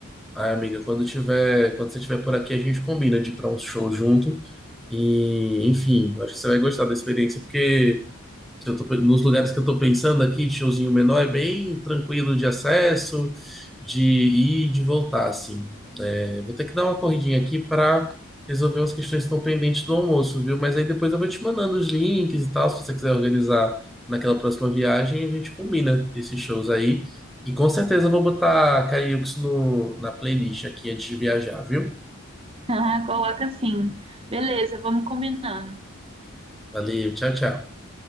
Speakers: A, in the centre; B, on the right.
A: ai, amiga, quando tiver, quando você estiver por aqui, a gente combina de ir pra um show junto. E, enfim, acho que você vai gostar da experiência, porque. Se eu tô pe- nos lugares que eu tô pensando aqui, de showzinho menor, é bem tranquilo de acesso, de ir e de voltar, assim. É, vou ter que dar uma corridinha aqui para resolver as questões que estão pendentes do almoço, viu? Mas aí depois eu vou te mandando os links e tal, se você quiser organizar naquela próxima viagem, a gente combina esses shows aí. E com certeza eu vou botar Cariúx no na playlist aqui antes de viajar, viu?
B: Ah, Coloca assim. Beleza, vamos combinando.
A: Valeu, tchau, tchau.